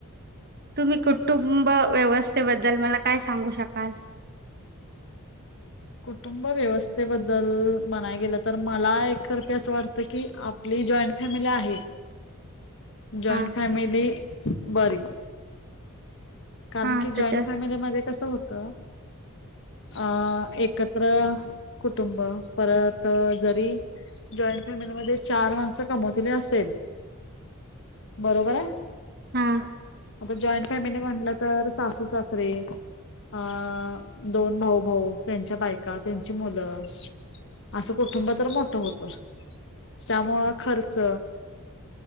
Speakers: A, on the right; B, on the left.
A: तुम्ही कुटुंब व्यवस्थेबद्दल मला काय सांगू शकाल?
B: कुटुंब व्यवस्थेबद्दल म्हणाय गेलं तर, मला एकत असं वाटत की आपली जॉईंट फॅमिली आहे. जॉईंट
A: हा
B: फॅमेली- बरी. कारण
A: हा
B: की जॉईंट
A: त्याच्यात
B: फॅमिलीमध्ये कसं होत? अ- एक- कत्र कुटुंब. परत जरी जॉईंट फॅमिलीमध्ये चार माणसं कमवती बी असेल, बरोबर आहे.
A: हम्.
B: आपण जॉईंट फॅमिली म्हटलं तर, सासू सासरे, अं- दोन भाऊ भाऊ त्यां- च्या बायका, त्यांची मुलं- असं कुटुंब तर मोठं होत. त्यामुळं खर्च-